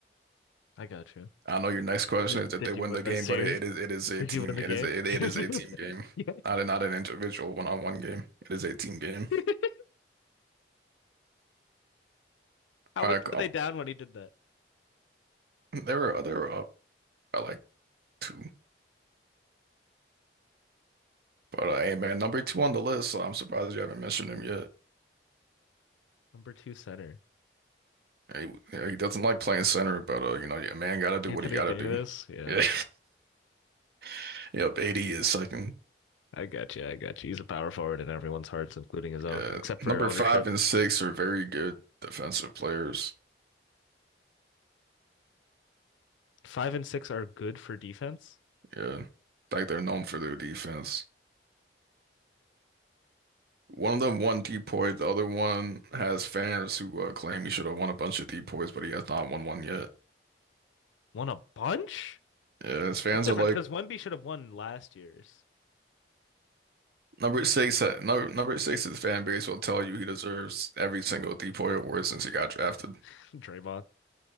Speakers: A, on the left; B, on the right.
A: I got you.
B: I know your next question
A: Did,
B: is that
A: did
B: they win
A: you win
B: the
A: this
B: game,
A: series?
B: but it, it is it is a
A: Did
B: team.
A: you win the
B: It
A: game?
B: is a, it,
A: <laughs>
B: it
A: Did
B: is
A: you
B: a
A: win
B: team game,
A: the
B: not a, not an individual one-on-one game. It is a team game.
A: game? <laughs> How
B: Like
A: much were
B: um,
A: they down when he did that?
B: there were there were up by like two, but uh, hey man, number two on the list. So I'm surprised you haven't mentioned him yet.
A: Number two center.
B: He, he doesn't like playing center, but uh, you know, a man gotta do
A: Anthony
B: what he gotta
A: Davis.
B: do.
A: Yeah,
B: Yeah, <laughs> yep. 80 is second.
A: I got you. I got you. He's a power forward in everyone's hearts, including his own,
B: Yeah,
A: except for
B: number
A: ownership.
B: five and six are very good defensive players.
A: Five and six are good for defense.
B: Yeah, like they're known for their defense. One of them won depoy, the other one has fans who uh, claim he should have won a bunch of depoys, but he has not won one yet.
A: Won a bunch?
B: Yeah, his fans
A: That's different
B: are like
A: because Wemby should have won last year's.
B: number six. uh, Number number six, his fan base will tell you he deserves every single depoy award since he got drafted.
A: <laughs> Draymond.